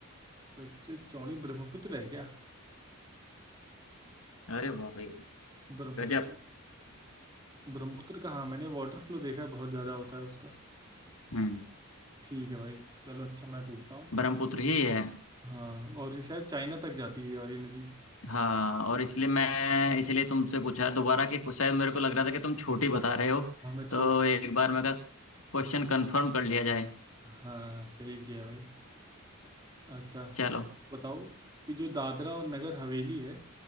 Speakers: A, on the right; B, on the left.
A: सबसे चौड़ी ब्रह्मपुत्र है क्या
B: अरे वाह भाई
A: ब्रह्मपुत्र
B: गजब
A: ब्रह्मपुत्र का हाँ मैंने वाटर फ्लो देखा है बहुत ज़्यादा होता है उसका
B: हम्म
A: ठीक है भाई चलो अच्छा मैं पूछता हूँ
B: ब्रह्मपुत्र ही है
A: हाँ और ये शायद चाइना तक जाती है और ये नदी
B: हाँ और इसलिए मैं इसलिए तुमसे पूछा है दोबारा कि शायद मेरे को लग रहा था कि तुम छोटी बता रहे हो
A: हाँ मैं छोटी
B: तो एक बार मैं कहा क्वेश्चन कंफर्म कर लिया जाए
A: <laughs> हाँ सही किया भाई अच्छा
B: चलो
A: बताओ कि जो दादरा और नगर हवेली है